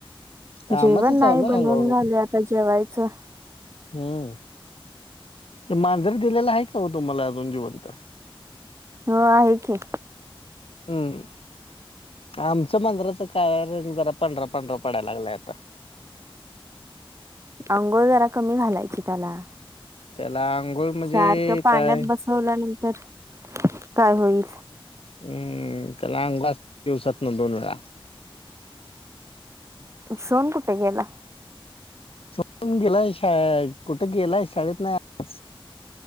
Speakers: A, on the left; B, on the right.
A: कामाच
B: जेवण
A: चालू
B: नाही
A: आहे
B: बनवून
A: हळूहळू
B: झाले आता जेवायचं
A: हम्म ते मांजर दिलेला आहे का हो तुम्हाला जीवंत
B: हो आहे की
A: हम्म आमच्या मंदिराच काय रंग जरा पंढरा पांढरा पडायला लागलाय आता
B: अंघोळ जरा कमी घालायची त्याला
A: त्याला आंघोळ म्हणजे
B: सारखं पाण्यात
A: काय
B: बसवलं नंतर तर काय होईल
A: हम्म त्यालांगलास दिवसात ना दोन वेळा
B: सोन कुठे गेला
A: सोडून गेलाय शा कुठे गेलाय शाळेत नाही आ